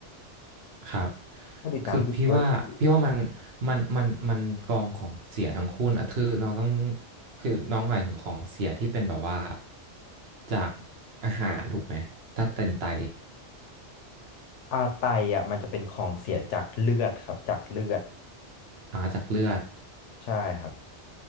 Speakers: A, on the right (about 65°); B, on the left (about 85°).
A: ครับ
B: ผลิตน้ำดีด้วยที่
A: คือพี่ว่า พี่ว่ามัน มัน มันมันกองของเสียทั้งคู่นะคือน้องต้อง คือน้องหมายถึงของเสียที่เป็นแบบว่า จากอาหารถูกไหมถ้าเป็นไต
B: อ่าไตอ่ะมันจะเป็นของเสียจากเลือดครับจากเลือด
A: อ่าจากเลือด
B: ใช่ครับ